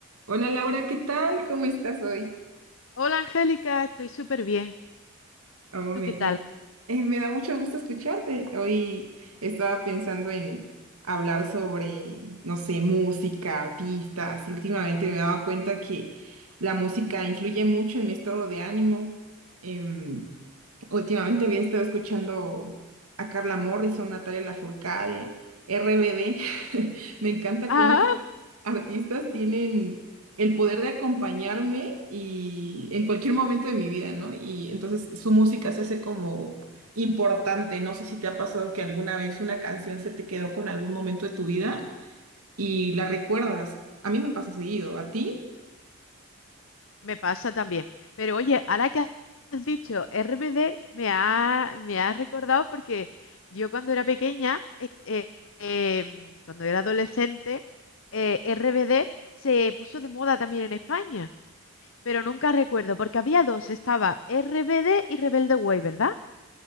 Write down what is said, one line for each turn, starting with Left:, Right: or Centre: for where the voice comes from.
Right: Hola Laura, ¿qué tal? ¿Cómo estás hoy?
Left: Hola Angélica, estoy súper bien.
Right: Oh,
Left: ¿Y tú
Right: me,
Left: qué tal?
Right: me-
Left: <laughs>
Right: eh, me da mucho gusto escucharte. Hoy estaba pensando en hablar sobre, no sé, música, artistas, y últimamente me he dado cuenta que la música influye mucho en mi estado de ánimo. Em, Últimamente había estado escuchando a Carla Morrison, Natalia Lafourcade, RBD. <laughs> Me encanta
Left: Ah,
Right: cómo esos artistas tienen el poder de acompañarme y en cualquier momento de mi vida, ¿no? Y entonces su música se hace como importante. No sé si te ha pasado que alguna vez una canción se te quedó con algún momento de tu vida y la recuerdas. A mí me pasa seguido, ¿a ti?
Left: me pasa también. Pero oye, ahora que has dicho RBD, me ha, me ha recordado porque yo cuando era pequeña, eh, eh, em, cuando era adolescente, eh, RBD se puso de moda también en España. Pero nunca recuerdo, porque había dos, estaba RBD y Rebelde Way, ¿verdad?